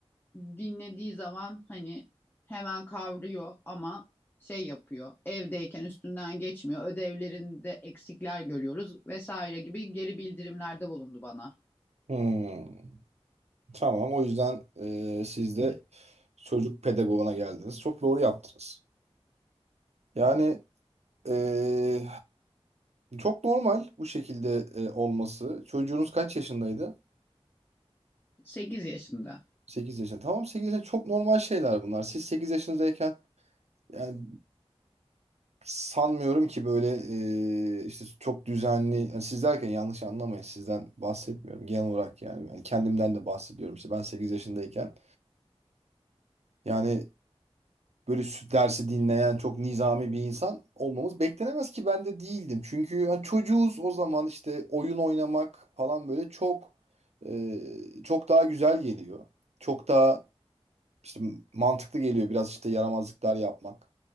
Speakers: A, on the left; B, on the right.
A: dinlediği zaman hani hemen kavruyor ama şey yapıyor, evdeyken üstünden geçmiyor, ödevlerinde eksikler görüyoruz vesaire gibi geri bildirimlerde bulundu bana.
B: Hmm, tamam. O yüzden e, siz de çocuk pedagoğuna geldiniz. Çok doğru yaptınız. Yani e, çok normal bu şekilde e, olması. Çocuğunuz kaç yaşındaydı?
A: 8 yaşında.
B: sekiz yaşında. Tamam sekiz yaşında çok normal şeyler bunlar. Siz 8 yaşındayken yani sanmıyorum ki böyle e, işte çok düzenli. yani siz derken yanlış anlamayın. Sizden bahsetmiyorum genel olarak yani. Yani kendimden de bahsediyorum. İşte ben 8 yaşındayken yani böyle sü- dersi dinleyen çok nizami bir insan olmamız beklenemez ki ben de değildim. Çünkü hani çocuğuz o zaman işte oyun oynamak falan böyle çok e, çok daha güzel geliyor. Çok daha işte mantıklı geliyor biraz işte yaramazlıklar yapmak.